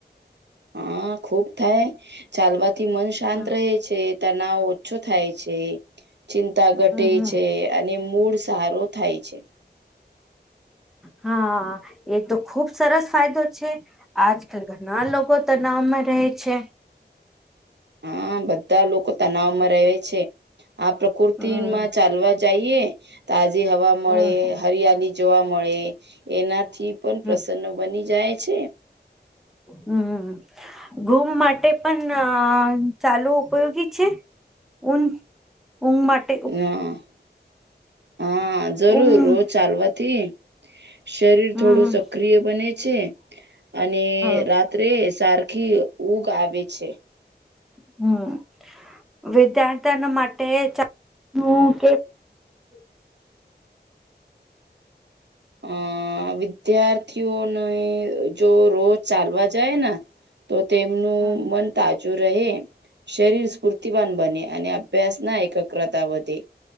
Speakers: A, on the right; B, in the centre.
A: હા ખુબ થાય ચાલવાથી મન શાંત
B: હમ
A: રહે છે તનાવ ઓછો થાય છે ચિંતા ઘટે
B: હમ
A: છે અને મૂળ સારો થાય છે. <inaudible>
B: હા એ તો ખુબ સરસ ફાયદો છે. આજકાલ ઘણા લોકો તનાવમાં રહે છે.
A: હા બધા લોકો તનાવમાં રહે છે. આ પ્રકૃતિમાં
B: હમ
A: ચાલવા જઈએ તાજી હવા મળે
B: હમ
A: હરિયાલી જોવા મળે એનાથી પણ પ્રસન્નો
B: હમ
A: બની જાય છે.
B: હમ ઘૂમ માટે પણ ચાલુ ઉપયોગી છે. ઉન ઉંમાંટ
A: હા <unintelligible> હા જરૂર
B: ઊંઘ
A: રોજ ચાલવાથી શરીર
B: હમ
A: થોડું સક્રિય બને છે અને
B: હમ
A: રાત્રે સારખી ઊગ આવે છે.
B: હમ વિદ્યાર્થ ના માટે ચનુ કે
A: અ વિદ્યાર્થીઓને જો રોજ ચાલવા જાય ને તો તેમનું
B: હમ
A: મન તાજું રહે. શરીર સ્ફૂર્તિવાન બને અને અભ્યાસ ના એકત્ર્રતા વધે